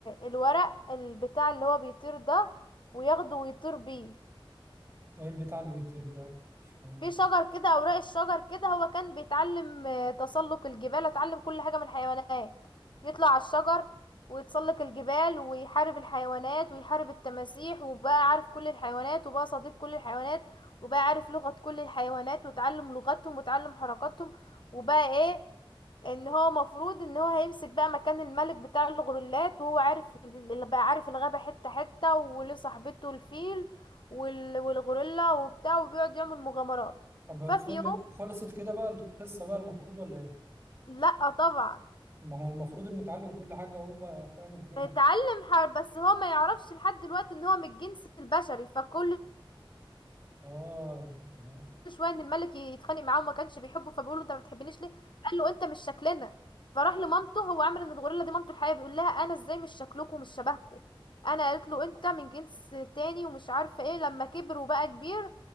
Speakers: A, on the left; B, on the right.
A: الورق البتاع اللي هو بيطير ده وياخده ويطير بيه
B: ايه البتاع اللي بيطير ده مش فاهم
A: في شجر كده اوراق الشجر كده هو كان بيتعلم آه، تسلق الجبال اتعلم كل حاجة من الحيوانات يطلع على الشجر ويتسلق الجبال ويحارب الحيوانات ويحارب التماسيح وبقى عارف كل الحيوانات وبقى صديق كل الحيوانات وبقى عارف لغة كل الحيوانات وتعلم لغتهم وتعلم حركاتهم وبقى ايه ان هو مفروض ان هو هيمسك بقى مكان الملك بتاع الغرولات وهو عارف اللي بقى عارف الغابة حتة حتة وله صاحبته الفيل وال- والغوريلا وبتاع وبيقعد يعمل مغامرات
B: طب
A: ففي
B: فل-
A: يوم
B: خلصت كده بقى القصه بقى المفروض ولا ايه
A: لا طبعا
B: ما هو المفروض ان نتعلم كل حاجه وهو بقى فاهم الدنيا
A: اتعلم حرب بس هو ما يعرفش لحد دلوقتي ان هو من الجنس البشري فكل
B: اه تمام
A: شويه ان الملك يتخانق معاه وما كانش بيحبه فبيقول له انت ما بتحبنيش ليه قال له انت مش شكلنا فراح لمامته هو عامل ان الغوريلا دي مامته الحقيقيه بيقول لها انا ازاي مش شكلكم ومش شبهكم انا قالت له انت من جنس تاني ومش عارفه ايه لما كبر وبقى كبير